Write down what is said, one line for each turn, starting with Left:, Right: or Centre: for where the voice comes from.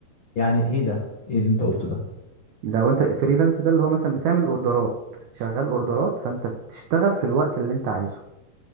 Left: يعني ايه ده ايه اللي انت قلته ده
Right: لو انت فريلانس ده اللي هو مثلا بتعمل اوردرات شغال اوردرات فانت بتشتغل في الوقت اللي انت عايزه